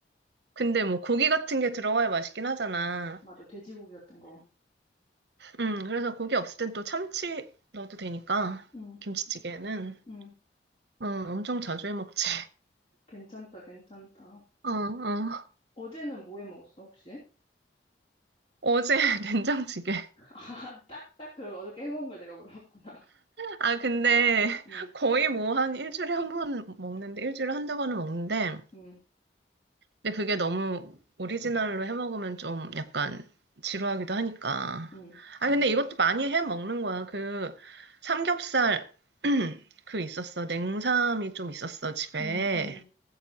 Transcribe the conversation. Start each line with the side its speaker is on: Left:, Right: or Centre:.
Right: 근데 뭐, 고기 같은 게 들어가야 맛있긴 하잖아.
Left: 맞아. 돼지고기 같은 거.
Right: 음, 그래서 고기 없을 땐 또 참치 넣어도 되니까,
Left: 응,
Right: 김치찌개는.
Left: 응.
Right: 어, 엄청 자주 해 먹지.
Left: 괜찮다, 괜찮다.
Right: <laughs> 어, 어.
Left: 어제는 뭐 해 먹었어, 혹시?
Right: 어제 <laughs> 된장찌개.
Left: <laughs> 아, 딱, 딱, 그 어저께 해 먹은 걸 내가 물어봤구나.
Right: 아, 근데
Left: 응,
Right: 거의 뭐 한 일주일에 한 번 먹는데, 일주일에 한두 번은 먹는데,
Left: 응.
Right: 근데 그게 너무 오리지널로 해 먹으면 좀 약간 지루하기도 하니까.
Left: 응,
Right: 아, 근데 이것도 많이 해 먹는 거야. 그 삼겹살, <clears throat> 그 있었어. 냉삼이 좀 있었어, 집에.
Left: 응, 응,